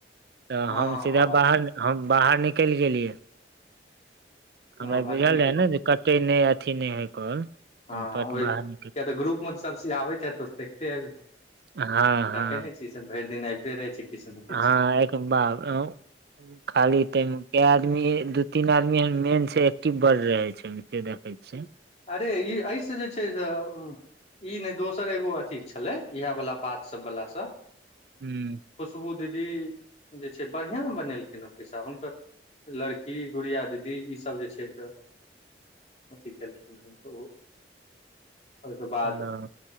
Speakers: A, on the right; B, on the left.
A: तऽ
B: हँ
A: हम सीधा
B: आवाज
A: बाहर हम बाहर निकलि गेलियै।
B: हँ
A: हमरा ई
B: भन्ने
A: बुझल
B: नहि कहि
A: रहे ने जे कटे नहि अथी नहि होय कॉल।
B: हँ
A: हम पट
B: ओ किया
A: बाहर निकल
B: तऽ ग्रुप मे तऽ सभ चीज आबैत हैतो देखते हेबही।
A: हँ।
B: दखे
A: हँ
B: नहि छी ई सभ भरि दिन आबिते रहै छै किछु ने किछु
A: हँ एक <unintelligible> खाली तय मे काय आदमी दू तीन आदमी एहन मेन छै एक्टिव बर रहे छै अय मे से दख <unintelligible>
B: अरे ई अय सँ जे छै से ई नहि दोसर एगो अथी छलै इएह वाला बात सभ वला से
A: हू।
B: खुशबू दीदी जे छै बढ़िआ बनेलखिन हेँ पैसा हुनकर लड़की गुड़िया दीदी ई सभ जे छै से अथी केलखिन हेँ त ओ ओहिके बाद
A: हँ